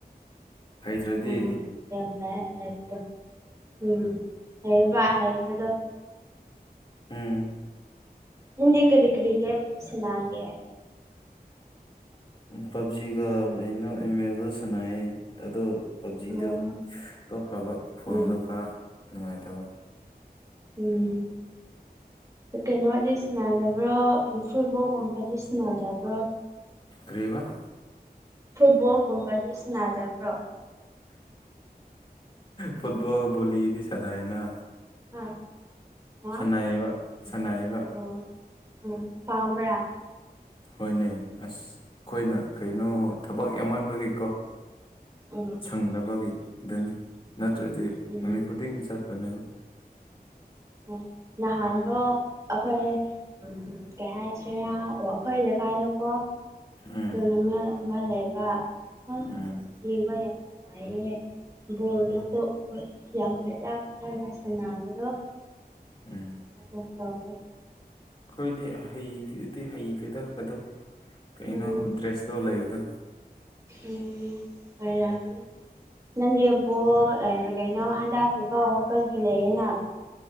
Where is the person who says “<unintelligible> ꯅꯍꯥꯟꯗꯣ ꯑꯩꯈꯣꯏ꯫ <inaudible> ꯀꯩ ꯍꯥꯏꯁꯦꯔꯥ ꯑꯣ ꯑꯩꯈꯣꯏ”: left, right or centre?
Right